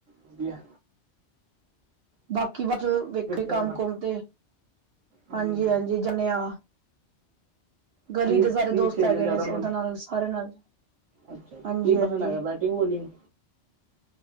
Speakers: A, on the right; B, on the right.
A: ਵਧਿਆ।
B: ਬਾਕੀ ਬਟ ਵੇਖੇ
A: ਵਗੈਰਾ
B: ਕੰਮ-ਕੁਮ ਤੇ।
A: ਹਾਂਜੀ
B: ਹਾਂਜੀ-ਹਾਂਜੀ
A: ਹਾਂਜੀ
B: ਜਨੇਂ ਆ। ਗਲੀ
A: ਕੀ
B: ਦੇ ਸਾਰੇ
A: ਕੀ
B: ਦੋਸਤ
A: ਖੇਲਦੇ
B: ਹੈਗੇ
A: ਜ਼ਿਆਦਾ
B: ਨੇ,
A: ਮਨ
B: ਉਦੇ ਨਾਲ ਸਾਰੇ ਨਾਲ।
A: ਅੱਛਾ ਜੀ।
B: ਹਾਂਜੀ
A: ਕੀ
B: ਹਾਂਜੀ
A: ਪਸੰਦ ਹੈਗਾ ਬੈਟਿੰਗ-ਬੋਲਿੰਗ?